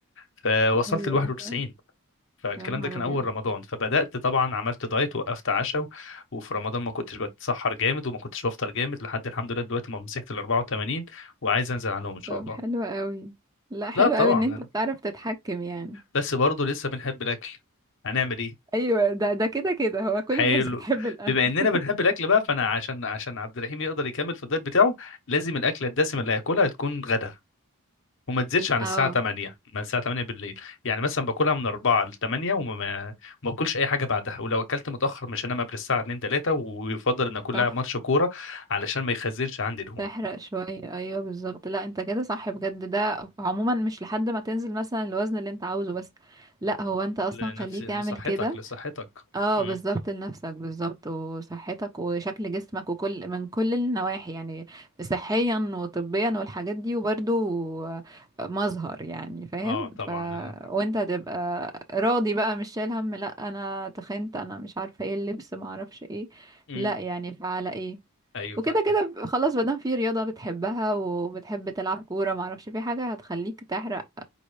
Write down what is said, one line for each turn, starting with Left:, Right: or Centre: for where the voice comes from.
Left: فوصلت
Right: ايوه
Left: ل 91
Right: صح.
Left: فالكلام
Right: يا نهار
Left: ده كان
Right: ابيض
Left: اول رمضان فبدات طبعا عملت دايت وقفت عشاء و- وفي رمضان ما كنتش بتسحر جامد وما كنتش بفطر جامد لحد الحمد لله دلوقتي ما مسكت ال 84 وعايز انزل عنهم ان شاء
Right: طب
Left: الله
Right: حلو قوي لا حلو
Left: لا طبعا
Right: قوي ان انت بتعرف تتحكم يعني
Left: بس برضه لسه بنحب الاكل هنعمل ايه
Right: ايوه ده ده كده كده هو كل
Left: حلو
Right: الناس بتحب الاكل
Left: بما اننا
Right: <laughs>
Left: بنحب الاكل بقى فانا عشان عشان عبد الرحيم يقدر يكمل في الدايت بتاعه لازم الاكله الدسمه اللي هياكلها تكون غدا وما تزيدش عن
Right: اه
Left: الساعه 8 من الساعه 8 بالليل يعني مثلا باكلها من 4 ل 8 وما ما ما اكلش اي حاجه بعدها ولو اكلت متاخر مش هنام قبل الساعه 2 3 ويفضل ان اكلها
Right: صح
Left: ماتش كوره علشان ما يخزنش عندي دهون
Right: تحرق شوية ايوه بالظبط لا انت كده صح بجد ده عموما مش لحد ما تنزل مثلا الوزن اللي انت عاوزه بس لا هو انت اصلا
Left: لنفسي
Right: خليك
Left: لصحتك
Right: اعمل كده
Left: لصحتك
Right: اه
Left: امم
Right: بالظبط لنفسك بالظبط وصحتك وشكل جسمك وكل من كل النواحي يعني صحيا وطبيا والحاجات دي وبرده مظهر يعني فاهم
Left: اه طبعا
Right: ف
Left: ال...
Right: وانت هتبقى راضي بقى مش شايل هم لا انا تخنت انا مش عارفه ايه اللبس ما اعرفش ايه
Left: امم
Right: لا يعني فعلى ايه
Left: ايوه
Right: وكده
Left: فاهمك
Right: كده ب- خلاص مادام في رياضة بتحبها وبتحب تلعب كورة معرفش في حاجة هتخليك تحرق